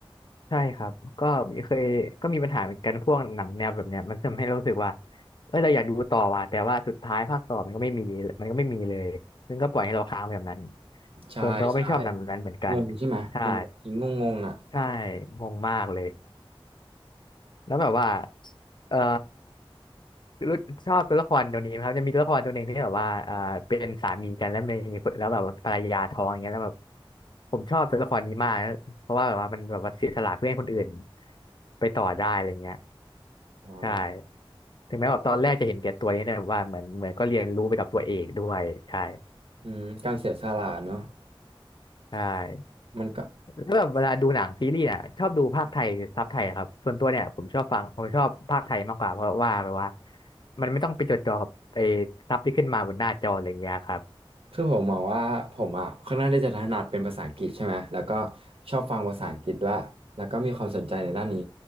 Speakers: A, on the left; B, on the right.
A: ใช่ครับก็เคยก็มีปัญหาเหมือนกันพวกหนังแนวแบบเนี้ยมันทำให้รู้สึกว่าเออเราอยากดูต่อว่ะแต่ว่าสุดท้ายภาคต่อมันก็ไม่มีมันก็ไม่มีเลยซึ่งก็ปล่อยให้เราค้างแบบนั้น
B: ใช่ใช่
A: ส่วนตัวก็ไม่ชอบหนังแบบนั้นเหมือนกัน
B: งงใช่ไหมมันแบบงงงงๆอ่ะ
A: ใช่ใช่งงมากเลย แล้วแบบว่าเอ่อรู้ชอบตัวละครตัวนี้ไหมครับจะมีตัวละครตัวหนึ่งที่แบบว่าเอ่อเป็นสามีกันแล้วมีคนแล้วแบบว่าภรรยาท้องอย่างเงี้ยแล้วแบบผมชอบตัวละครนี้มากเพราะว่าแบบว่ามันแบบว่าเสียสละเพื่อให้คนอื่นไปต่อได้อะไรเงี้ย
B: เอ่า
A: ใช่ถึงแม้แบบตอนแรกจะเห็นแก่ตัวนี่แต่ว่าเหมือนเหมือนก็เรียนรู้ไปกับตัวเอกด้วยใช่
B: อืมการเสียสละเนอะ
A: ใช่
B: มันก็
A: แล้วแบบเวลาดูหนังซีรีส์เนี่ยชอบดูภาคไทยซับไทยครับส่วนตัวเนี่ยผมชอบฟังผมชอบภาคไทยมากกว่าเพราะว่าแบบว่ามันไม่ต้องไปจดจ่อกับไอ้ซับที่ขึ้นมาบนหน้าจออะไรเงี้ยครับ
B: คือผมมองว่าผมอ่ะค่อนข้างที่จะถนัดเป็นภาษาอังกฤษใช่ไหมแล้วก็ชอบฟังภาษาอังกฤษด้วยแล้วก็มีความสนใจในด้านนี้